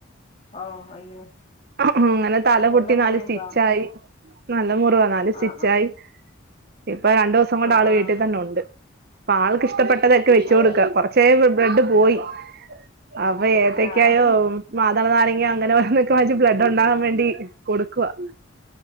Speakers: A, on the left; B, on the right.
A: ഓ അയ്യോ
B: അങ്ങനെ തല
A: നല്ല
B: പൊട്ടി
A: മുറിയുണ്ടോ
B: നാല് സ്റ്റിച്ച് ആയി നല്ല മുറിവാ നാല് സ്റ്റിച്ച്
A: ആഹ് ആഹ്
B: ആയി ഇപ്പൊ രണ്ടു ദിവസം കൊണ്ട്
A: ആഹ്
B: ആള്
A: ആഹ്
B: വീട്ടിൽ തന്നെ ഉണ്ട് പ്പൊ ആൾക്ക് ഇഷ്ടപ്പെട്ടതൊക്കെ വെച്ച്
A: അതെ
B: കൊടുക്ക കൊറച്ചെ ബ്ലഡ്‌ പോയി അപ്പോ ഏത്തക്കയോ
A: ആഹ്
B: മാതള നാരങ്ങ അങ്ങനെ വലൊക്കെ വായിച്ച് ബ്ലഡ് ഉണ്ടാകാൻ വേണ്ടി കൊടുക്കുവാ